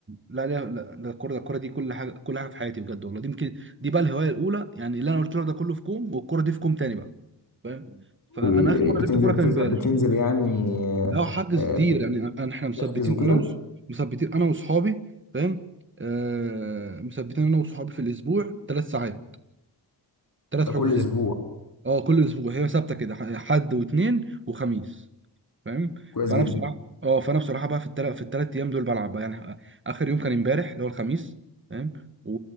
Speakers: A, on the right; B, on the left.
A: لا لا لا ده الكوره ده الكوره دي كل حاجه كل حاجه في حياتي بجد والله دي يمكن دي بقى الهوايه الاولى يعني اللي انا قلت لك ده كله في كوم والكوره دي في كوم تاني بقى فاهم فانا
B: ال-
A: اخر مره
B: بتنزل
A: لعبت كوره
B: بتنزل
A: كان امبارح
B: بتنزل يعني آه،
A: لا حجز
B: آه،
A: كتير
B: بت-
A: يعني أنا- احنا مثبتين
B: بتحجز وكده
A: انا وص... مثبتين انا واصحابي فاهم آه... مثبتين انا واصحابي في الاسبوع ثلاث ساعات ثلاث
B: ده
A: حجوزات
B: كل اسبوع
A: اه كل اسبوع هي ثابته كده ح- حد واثنين وخميس فاهم
B: كويس
A: فانا
B: جدا
A: بصراحه اه فانا بصراحه بقى في التل... في الثلاث ايام دول بلعب بقى يعني آه، اخر يوم كان امبارح اللي هو الخميس فاهم و...